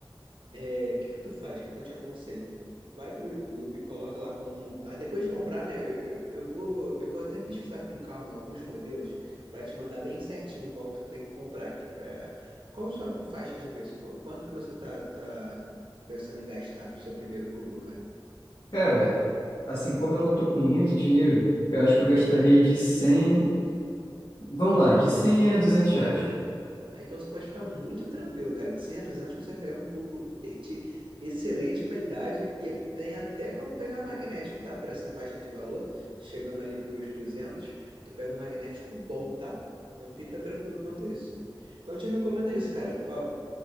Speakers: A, on the right; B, on the left.
A: é, o que que tu faz? O que que eu te aconselho? Vai pro YouTube, coloca lá como montar. Depois de comprar, né? Eu, eu, eu vou, eu vou até pesquisar com calma alguns modelos para te mandar bem certinho qual tu tem que comprar. aqui, Pra... Qual a sua faixa de preço? Qu- Quanto que você tá, tá pensando em gastar pro seu primeiro cubo,
B: Cara, assim como eu não tô com muito dinheiro, eu acho que eu gastaria de 100. Vamos lá, de 100 a 200 reais.
A: Ah, então você pode ficar muito tranquilo, cara. De 100 a 200 você vai pegar um cubo de excelente qualidade e tem até como pegar magnético, tá? Por essa faixa de valor, chegando ali para os 200, tu pega um magnético bom, tá? Então fica tranquilo quanto a isso. Então eu te recomendo isso, cara. Ó,